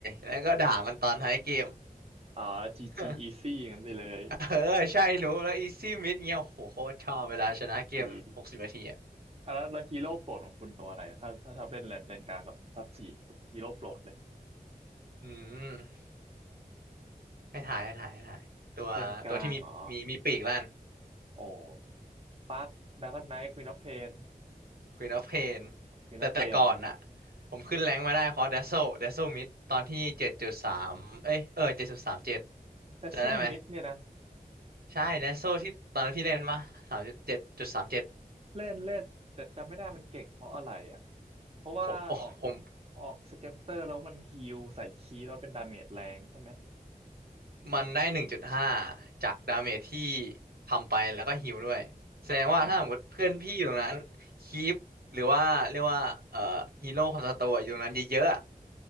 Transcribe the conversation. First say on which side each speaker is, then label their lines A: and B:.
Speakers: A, on the right (about 85°); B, on the right (about 40°).
A: แล้วก็ด่ามันตอนท้ายเกม
B: อ่าจีจีอีซี่อย่างนั้นไปเลย
A: <laughs> เออใช่หนูแล้วอีซี่มิดเงี้ยโอ้โหโคตรชอบเวลาชนะเกมหกสิบนาทีอ่ะ
B: <laughs> รู้สึกดีดีอ่ะแล้วแล้วฮีโร่โปรดของคุณตัวอะไรถ้าถ้าชอบเล่นเลนเลนกลางกับซับสี่ฮีโร่โปรดเลย
A: อืมให้ถ่ายให้ถ่ายให้ถ่ายตัวตัวที่มีมีมีปีกลั่น
B: เลนกลางเหรอโอ้ปักดราก้อนไนท์ควีนออฟเพน
A: Queen of Pain
B: ควีนออฟเพนเหรอ
A: แต่แต่ก่อนอะผมขึ้นแรงค์มาได้เพราะ Dazzle Dazzle Mid ตอนที่เจ็ดจุดสามเอ้ยเออเจ็ดจุดสามเจ็ด
B: เพซเซลมิดเนี่ยนะ
A: จำได้ไหมใช่ Dazzle ที่ตอนนั้นพี่เล่นมาสามเจ็ดจุดสามเจ็ด
B: เล่นเล่นแต่จำไม่ได้มันเก่งเพราะอะไรอ่ะเพราะว่าออก
A: ผมโอ้ผม
B: ออกสเก็ปเตอร์แล้วมันฮีลใส่คีย์แล้วเป็นดาเมจแรงใช่ไหม
A: มันได้หนึ่งจุดห้าจากดาเมจที่ทำไปแล้วก็ฮีลด้วยแสดงว่าถ้าสมมติเพื่อนพี่อยู่ตรงนั้นคีปหรือว่าเรียกว่าเอ่อฮีโร่ของสตัวอะอยู่ตรงนั้นเยอะๆอะ
B: อ๋อ